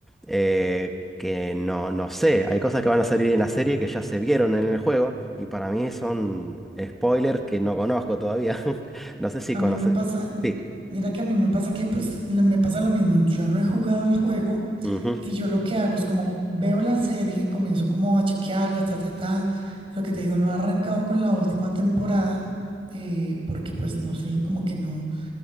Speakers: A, in the centre; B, on the right.
A: eh, que no, no sé, hay cosas que van a salir en la serie que ya se vieron en el juego y para mí son spoilers que no conozco todavía. <laughs> No sé si
B: A
A: conoces.
B: mí me pasa,
A: Sí.
B: mira que a mí me pasa que pues le- me pasa lo mismo. Yo no he jugado el juego
A: ujú.
B: y yo lo que hago es como veo la serie, comienzo como a chequearla, ta, ta, ta. Lo que te digo, no he arrancado con la última temporada eh, porque pues no sé, como que no,